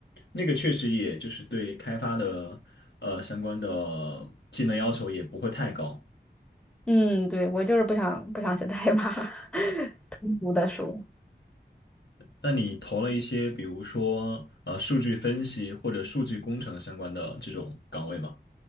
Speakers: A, on the left (about 75°); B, in the centre.
A: 那个确实也就是对开发的呃相关的技能要求也不会太高。
B: 嗯，对，我就是不想不想写代码，<laughs> 通俗的说。
A: 那你投了一些比如说呃数据分析或者数据工程相关的这种岗位吗？